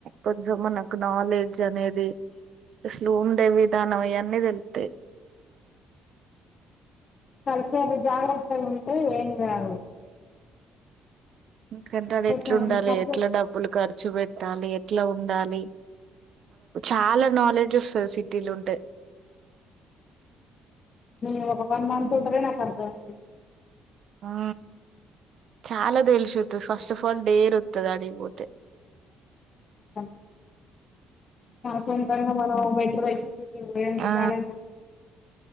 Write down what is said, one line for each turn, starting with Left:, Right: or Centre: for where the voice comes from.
Right: కొంచం మనకు నాలెడ్జ్ అనేది అసలు ఉండే వి ధానం ఇయన్ని తెల్తయి
Left: కల్షాలు జాగ్రత్తగుంటే ఏం కాదు.
Right: ఎందుకంటే ఆడ
Left: కొంచెం
Right: ఎట్లుండాలే
Left: ఖర్చు
Right: ఎట్లా డబ్బులు ఖర్చు పెట్టాలి, ఎట్ల ఉండాలి. చాలా నోలెడ్జ్ వస్తది సిటీలుంటే
Left: నేను ఒక వన్ మంత్ ఉంటనే నాక్ అర్థమైంది.
Right: ఆ చాలా తెల్సుసొత్తది ఫస్ట్ ఆఫ్ ఆల్ డేర్ వత్తది ఆడిక్ పోతే
Left: కన్ సొంతంగా మనం మెట్రో ఎక్కి పోయే అంత
Right: ఆ
Left: టాలెంట్